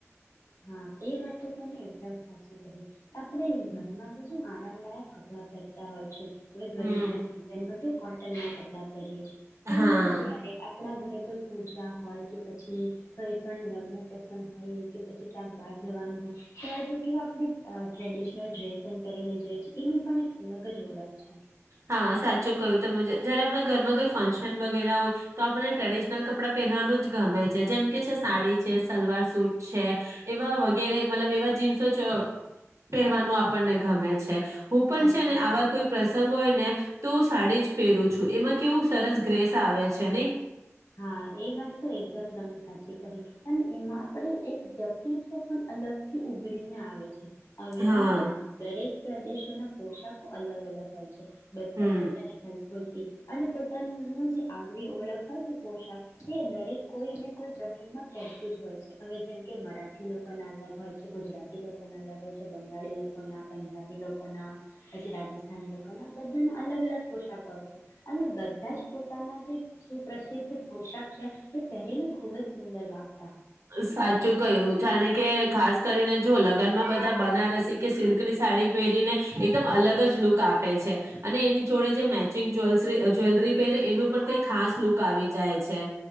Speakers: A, on the left (about 80°); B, on the right (about 70°).
A: હા, એ વાત તો તમે એકદમ સાચી કહી આપણે ઘરમાં તો શું આરામદાયક કપડાં પહેરતા હોય છે હવે ગરમી
B: હમ
A: ના સિઝન માં કોટન ના ક પરંતુ
B: હા
A: જયારે આપણા ઘરે કોઈ પૂજા હોય કે પછી કઈ પણ લગ્ન પ્રસંગ હોય કે ક્યાંક બહાર જવાનું હોય ત્યારે તો કેવા આપણે અ ટ્રેડિશનલ ડ્રેસન કરીને જોઈએ છે એની પણ એક અલગ જ ઓળખ છે
B: હા સાચું કહ્યું તો મુજે જયારે આપણા ઘરમાં કોઈ ફંક્શન વગેરે હોય તો આપણને ટ્રેડિશનલ કપડાં પહેરવાનું જ ગમે છે જેમ કે છે સાડી છે સલવાર સુટ છે એવા વગેરે મતલબ એવા જીન્સો પહેરવાનું આપણને ગમે છે હું પણ
A: સાચી
B: છે ને આવા
A: વાત
B: કોઈ
A: છે
B: પ્રસંગો હોય ને તો હું સાડી જ પહેરું છું એમાં કેવું સરસ ગ્રેસ આવે છે નહી
A: હા એ વાત તો એકદમ તમે સાચી કહી અને એમાં આપણે એક વ્યક્તિત્વ પણ અલગ થી ઉભરી આવે ને છે હવે
B: હા
A: જેમ કે દરેક પ્રદેશ ના પોશાક અલગ અલગ હોય છે બધા
B: હમ
A: પોતાની સંસ્કૃતિ અને પોતાનું જે આગવી ઓળખ હોય પોશાક એ દરેક કોઈ ને કોઈ પ્રસંગમાં પહેરતું જ હોય છે હવે જેમ કે મરાઠ થી લોકોના અલગ હોય છે ગુજરાતી લોકોના અલગ હોય છે બંગાળી લોકોના પંજાબી લોકોના પછી રાજસ્થાન રાજેસ્થાનિ લોકોના બધાના અલગ અલગ પોશાકો હો છે અને બધા જ પોતાના જે સિધ પોશાક છે તે પહેરીને ખૂબ બહુ સુંદર લાગે
B: સાચું કહયું જાણે કે ખાસ કરીને જો લગ્નમાં બધા બનારસી કે સિલ્કની સાડી પહેરીને એકદમ અલગ જ લૂક આપે છે અને એની જોડે જે મેચિંગ જવે જ્વેલરી પહેરે એનું પણ કઈ ખાસ લુક આવી જાય છે